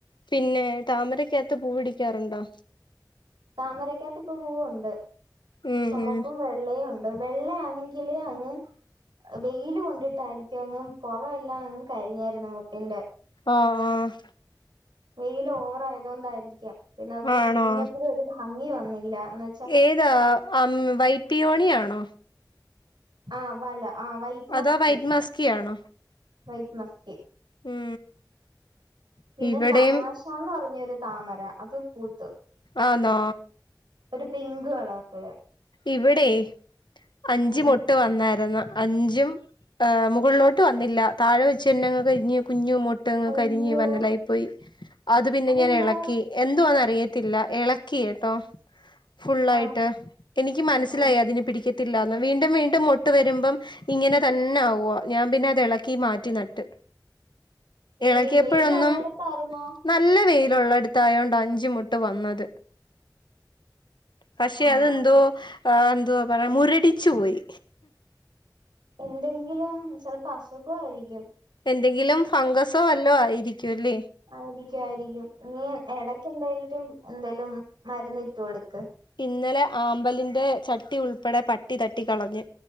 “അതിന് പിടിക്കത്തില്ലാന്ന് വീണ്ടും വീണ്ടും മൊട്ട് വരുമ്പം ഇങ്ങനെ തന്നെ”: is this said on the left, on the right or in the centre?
Left